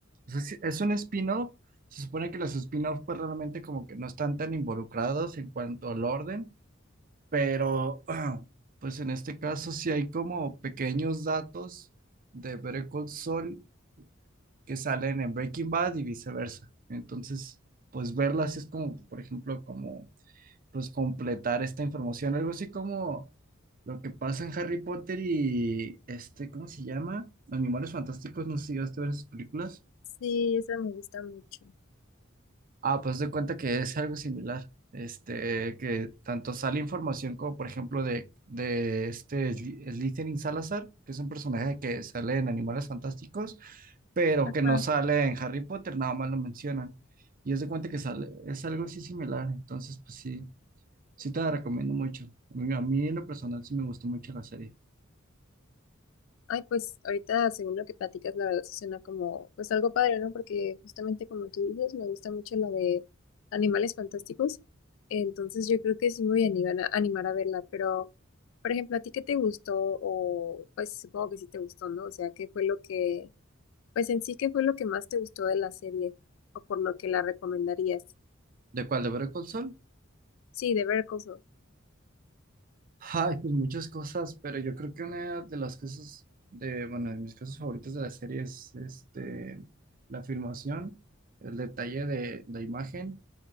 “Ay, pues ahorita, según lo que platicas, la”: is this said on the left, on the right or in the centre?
Left